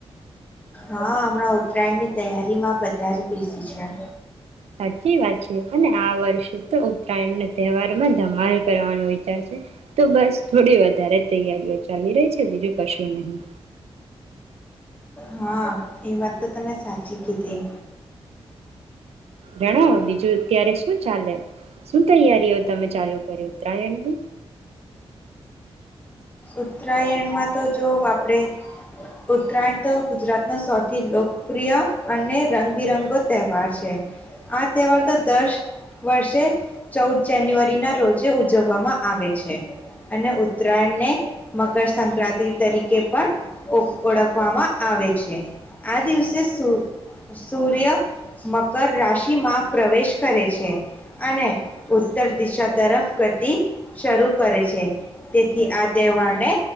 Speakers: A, on the left (about 15°); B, on the right (about 80°).
A: હા હમણાં ઉત્તરાયણ ની તૈયારીમાં બધા જ બિજી છે.
B: સાચી વાત છે. અને આ વર્ષે તો ઉત્તરાયણના તહેવારમાં ધમાલ કરવાનો વિચાર છે તો બસ થોડી વધારે તૈયારીઓ ચાલી રહી છે બીજું કશું નહી.
A: હા એ વાત તો તમે સાચી કીધી.
B: જણાવો બીજું અત્યારે શું ચાલે શું તૈયારીઓ તમે ચાલુ કરી ઉત્તરાયણની
A: ઉત્તરાયણમાં તો જો આપણે ઉત્તરાયણ તો ગુજરાતનો સૌથી લોકપ્રિય અને રંગબિરંગો તહેવાર છે. આ તહેવાર તો દસ વર્ષે ચૌદ જાન્યુઆરી ના રોજે ઉજવવામાં આવે છે અને ઉત્તરાયણને મકરસક્રાંતિ તરીકે પણ ઓ ઓળખવામાં આવે છે. આ દિવસે સૂ સૂર્ય મકર રાશિમાં પ્રવેશ કરે છે. અને ઉત્તર દિશા તરફ ગતિ શરૂ કરે છે તેથી આ તહેવારને